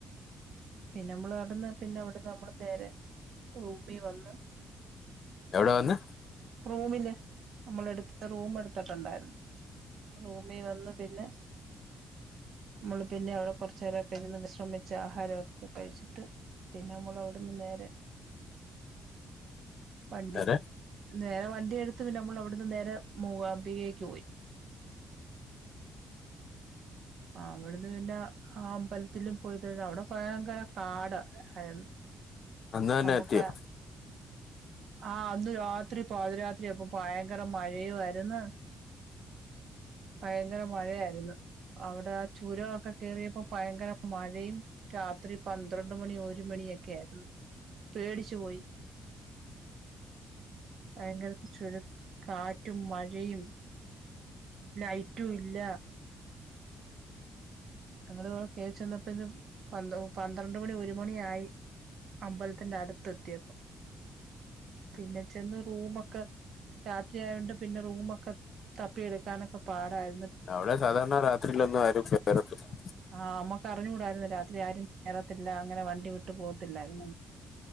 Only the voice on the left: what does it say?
എവടെ വന്ന്
അരെ
അന്ന് തന്നെ
എത്തിയോ
അവിടെ സാധാരണ രാത്രിയിലൊന്നും ആരും <unintelligible>